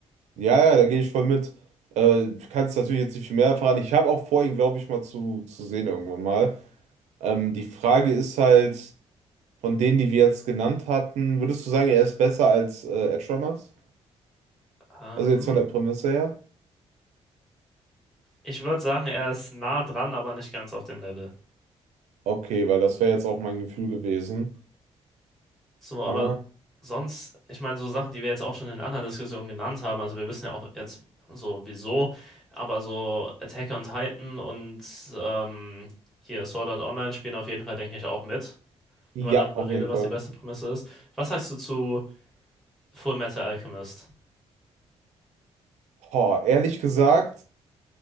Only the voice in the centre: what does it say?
Ähm,
ich würde sagen, er ist nah dran, aber nicht ganz auf dem Level.
So, aber
sonst, ich meine, so Sachen, die wir jetzt auch schon in anderen Diskussionen genannt haben, also wir wissen ja auch jetzt so wieso, aber so Attack on Titan und ähm, hier Sword Art Online spielen auf jeden Fall, denke ich, auch mit,
wenn man darüber
redet,
was
die beste Prämisse ist. Was sagst du zu Full Metal Alchemist?